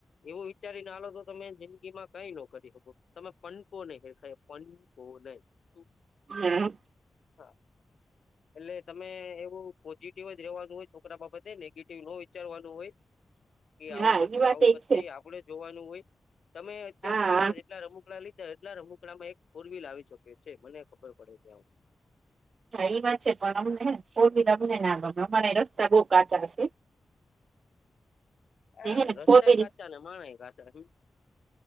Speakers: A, on the left; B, on the right.
A: એવું વિચારી ના આલો તો તમે જિંદગી માં કઈ ન કરી શકો તમે પંકો નહી ખેખાય પનકો નહી. <unintelligible>
B: હમ.
A: હા.
B: <inaudible>
A: એટલે તમે એવું પોઝિટિવ જ રેવાનું હોય છોકરા બાબતે નેગેટિવ ન વિચારવાનું હોય.
B: <inaudible>
A: કે આવું કરશે
B: એ વાત
A: આવું કરશે
B: છે
A: એ આપડે જોવાનું હોય, તમે અત્યાર
B: હા
A: સુધીમાં જેટલા રમૂકડા લી એટલા રમુકડામાં એક ફોર વ્હીલ આવી શકે છે મને ખબર પડે ત્યાં.
B: હા એ વાત છે પણ અમને ફોર વ્હીલ અમને ના ગમે અમારે રસ્તા બઉ કાચા હશે.
A: હા
B: ને હે ને
A: રસ્તા
B: ફોર વ્હીલ
A: ઍ કાચા અને માણ ય કાચા.